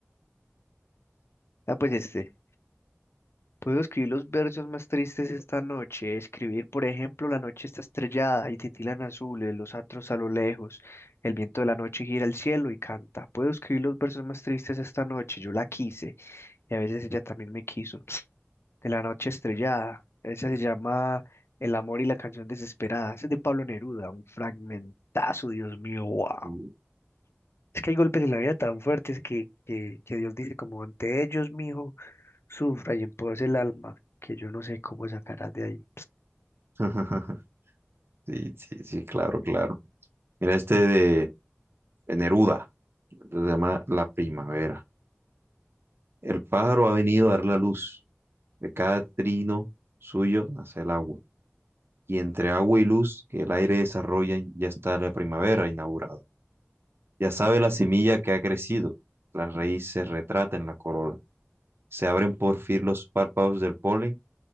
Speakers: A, on the left; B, on the right.
A: Ah, pues este. Puedo escribir los versos más tristes esta noche. Escribir, por ejemplo, la noche está estrellada y titilan azules los atros a lo lejos. El viento de la noche gira el cielo y canta. Puedo escribir los versos más tristes esta noche. Yo la quise y a veces ella también me quiso. De la noche estrellada. Esa se llama El amor y la canción desesperada. Ese es de Pablo Neruda. Un fragmentazo, Dios mío, wow.
B: Uh.
A: Es que hay golpes en la vida tan fuertes que, que, que Dios dice como ante ellos, mijo. Sufra y en empobrece el alma, que yo no sé cómo sacarás de ahí.
B: <laughs> Sí, sí, sí, claro, claro. Mira este de, de Neruda, se llama La primavera. El pájaro ha venido a dar la luz De cada trino suyo nace el agua, y entre agua y luz que el aire desarrollan ya está la primavera inaugurada. Ya sabe la semilla que ha crecido, la raíz se retrata en la corola, se abren por fin los párpados del polen,